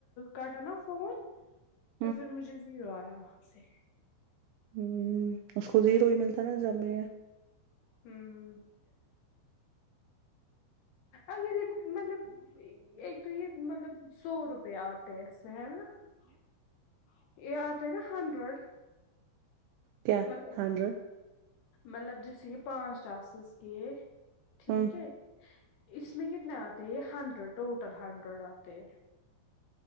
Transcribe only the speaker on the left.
کاٹا نا فون
تو پھر مجھے زیرو آیا وہاں سے
ہوں اگر مطلب تو یہ مطلب سو روپ آتے اس اس میںا <unintelligible> یہ آتا نا ہنڈرڈ
مطلب
مطلب جیسے یہ پانچ ٹاسز گ <unintelligible> ٹھیک
ہے اس میں کتنے آتے ہیں ہنڈریڈ ٹوٹل ہنڈریڈ آتے ہیں